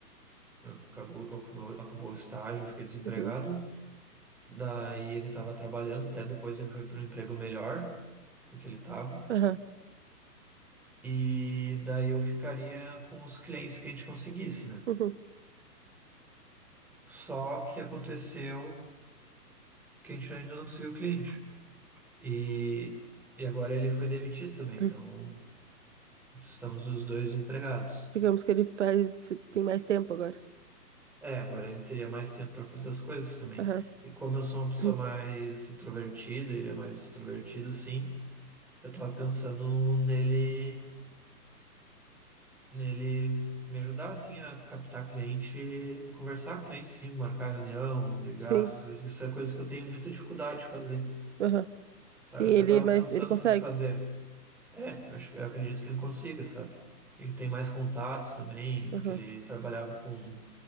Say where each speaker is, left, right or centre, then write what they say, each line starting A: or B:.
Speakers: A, in the centre; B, on the right.
A: acabou, acabou, acabou o estágio, eu fiquei desempregado.
B: uhum,
A: Daí ele estava trabalhando, até depois ele foi para um emprego melhor do que ele estava.
B: aham,
A: E daí eu ficaria com os clientes que a gente conseguisse, né?
B: uhum,
A: Só que aconteceu que a gente ainda não conseguiu cliente. E, e agora ele foi demitido também,
B: uhum.
A: então estamos os dois empregados.
B: Digamos que ele faz, tem mais tempo agora.
A: É, agora ele teria mais tempo para fazer as coisas também.
B: Aham,
A: E como eu sou uma pessoa
B: uhum,
A: mais introvertida, ele é mais extrovertido, assim, eu tava pensando nele, nele me ajudar, assim, a captar cliente, conversar com cliente, assim, marcar reunião, ligar,
B: sim,
A: essas coisas. Isso é coisa que eu tenho muita dificuldade de fazer,
B: aham.
A: sabe?
B: E ele,
A: Eu até tava
B: mas
A: pensando
B: ele consegue?
A: em fazer. É, acho que eu acredito que ele consiga, sabe? Ele tem mais contatos também,
B: Aham,
A: porque ele trabalhava com